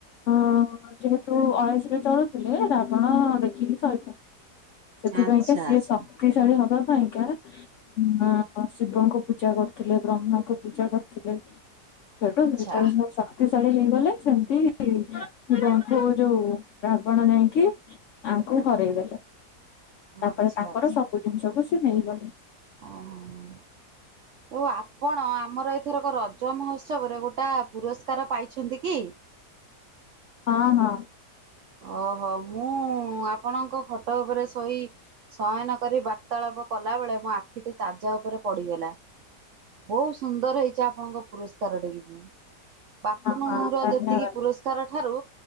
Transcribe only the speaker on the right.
ଆଚ୍ଛା
ଆଚ୍ଛା
ଆଚ୍ଛା
ଆଚ୍ଛା
ଆଚ୍ଛା
ଓହୋ ହଁ। ଆଉ ଆପଣ ଆମର ଏଥରକ ରଜ ମହୋତ୍ସବରେ ଗୋଟେ ପୁରସ୍କାର ପାଇଛନ୍ତି କି?
ଓହୋ ମୁଁ ଆପଣଙ୍କ ଖଟ ଉପରେ ଶୋଇ ଶୟନ କରି ବାର୍ତାଳାପ କଲା ବେଳେ ମୋ ଆଖିଟି ତାଜା ଉପରେ ପଡିଗଲା। ବହୁତ ସୁନ୍ଦର ହେଇଛି ଆପଣଙ୍କ ପୁରସ୍କାର। <inaudible> ବାପୁନ
ର
ଯେତିକି ପୁରସ୍କାର ଠାରୁ